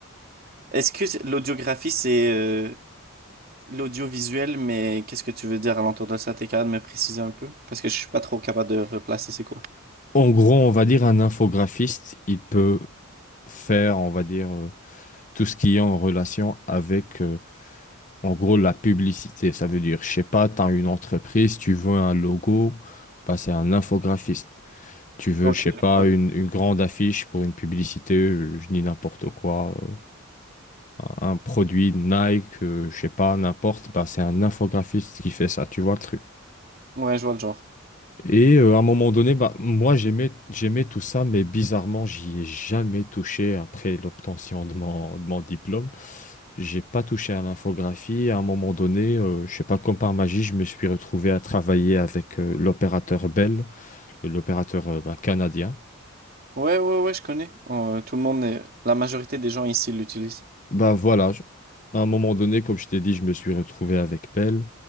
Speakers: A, on the right; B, on the left.
A: Est-ce que c'est- l'audiographie, c'est... euh, L'audiovisuel, mais qu'est-ce que tu veux dire à l'entour de ça? T'es capable de me préciser un peu? Parce que je suis pas trop capable de replacer c'est quoi.
B: En gros, on va dire un infographiste, il peut faire, on va dire, euh, tout ce qui est en relation avec, euh, en gros, la publicité. Ça veut dire, je sais pas, tu as une entreprise, tu veux un logo, bah, c'est un infographiste. Tu veux,
A: Ok,
B: je sais
A: je
B: pas,
A: vois.
B: une, une grande affiche pour une publicité, je, je dis n'importe quoi, euh, un, un produit Nike, euh, je sais pas, n'importe, bah, c'est un infographiste qui fait ça, tu vois le truc.
A: Ouais, je vois le genre.
B: Et euh, à un moment donné, bah, moi j'aimais, j'aimais tout ça, mais bizarrement, j'y ai jamais touché après l'obtention de mon, de mon diplôme. J'ai pas touché à l'infographie. À un moment donné, euh, je sais pas, comme par magie, je me suis retrouvé à travailler avec euh, l'opérateur Bell, l'opérateur euh, bah, canadien.
A: Ouais, ouais, ouais, je connais. Euh, tout le monde, est- la majorité des gens ici l'utilisent.
B: Ben voilà, je- à un moment donné, comme je t'ai dit, je me suis retrouvé avec Pell.